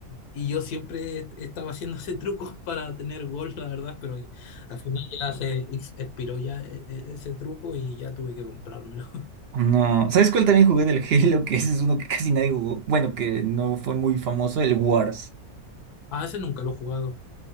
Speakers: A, on the left; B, on the right.
A: Y yo siempre estaba haciendo ese truco <laughs> para tener gol, la verdad, pero al final ya se ex- expiró ya e- e- ese truco y ya tuve que comprármelo. <laughs>
B: No. ¿Sabes cuál también jugué del Halo? <laughs> Que ese es uno que casi nadie jugó. Bueno, que no fue muy famoso, el Wars.
A: Ah, ese nunca lo he jugado.